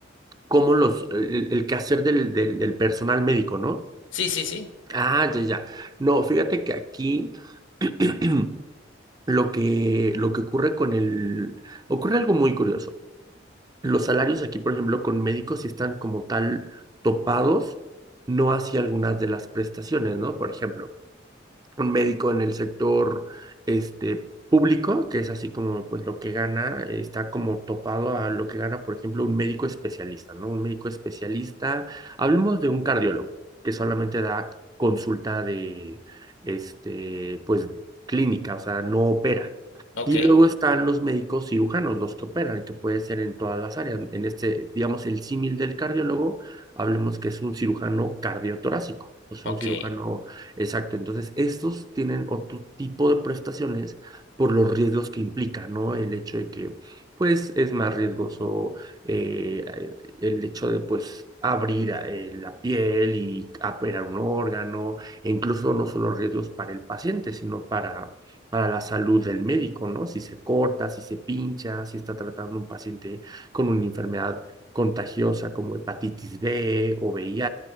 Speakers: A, on the right; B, on the left.
A: cómo los, el, el quehacer del, del, del personal médico, ¿no?
B: Sí, sí, sí,
A: Ah, ya, ya. No, fíjate que aquí <clears throat> lo que, lo que ocurre con el... Ocurre algo muy curioso. Los salarios aquí, por ejemplo, con médicos sí están como tal topados, no hacia algunas de las prestaciones, ¿no? Por ejemplo, un médico en el sector este, público, que es así como pues lo que gana, eh, está como topado a lo que gana, por ejemplo, un médico especialista, ¿no? Un médico especialista, hablemos de un cardiólogo que solamente da consulta de, este, pues clínica, o sea, no opera.
B: ok,
A: Y luego están los médicos cirujanos, los que operan, que puede ser en todas las áreas. En este, digamos, el símil del cardiólogo, hablemos que es un cirujano cardiotorácico, o sea,
B: ok.
A: un cirujano Exacto, entonces estos tienen otro tipo de prestaciones por los riesgos que implica, ¿no? El hecho de que, pues, es más riesgoso eh, el hecho de, pues, abrir eh, la piel y operar un órgano, e incluso no solo riesgos para el paciente, sino para, para la salud del médico, ¿no? Si se corta, si se pincha, si está tratando un paciente con una enfermedad contagiosa como hepatitis B o VIH,